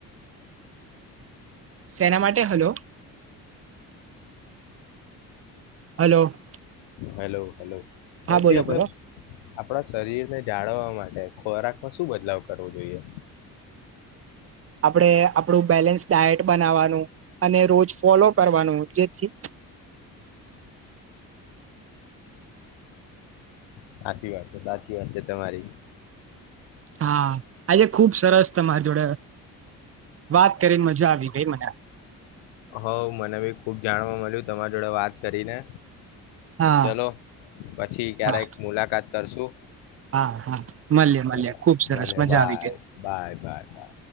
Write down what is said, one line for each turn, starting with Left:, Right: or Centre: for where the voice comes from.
Right: સેના માટે હલો? હલો.
Left: Hello hello. પછી
Right: હા બોલો
Left: આપડે
Right: બોલો
Left: આપણા શરીર ને જાળવવા માટે ખોરાક માં શું બદલાવ કરવો જોઈએ?
Right: આપણેે આપડું બેલેન્સ ડાયટ બનાવાનું અને રોજ ફોલો કરવાનું જેથી
Left: સાચી વાત છે સાચી વાત છે તમારી.
Right: હા, આજે ખુબ સરસ તમારી જોડે વાત કરીને મજા આવી ગઈ મને.
Left: હઉ મને બી ખુબ જાણવા મળ્યું તમારી જોડે વાત કરી ને
Right: હા
Left: ચલો પછી ક્યારેક
Right: હા
Left: મુલાકાત કરશું.
Right: હા હા મલ્યે મળ્યે
Left: ચલો
Right: ખુબ સરસ
Left: મળીએ
Right: મજા
Left: બાય
Right: આવી ગઈ.
Left: Bye bye by